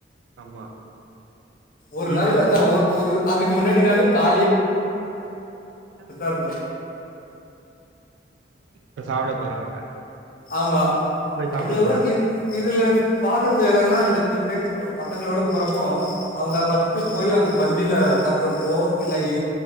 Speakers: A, on the right; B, on the left.
A: ஆமா
B: ஒரு
A: பீஸ்
B: நாள் அதா ஒ ஒரு அதுக்கு முன்னாடி நாள் கா
A: உம்
B: இருக்கு
A: இப்ப சாப்ட போறன
B: ஆமா
A: சாப்பிடணும்
B: இதுலல்லா இ இதுல பாக்குறது எதான்னா இந்த சில டைம் சோ பசங்ளோட போறப்போ அவங்க ஃபஸ்ட் போய் அங்க பந்தில சாப்பட்றப்போ இல்ல எ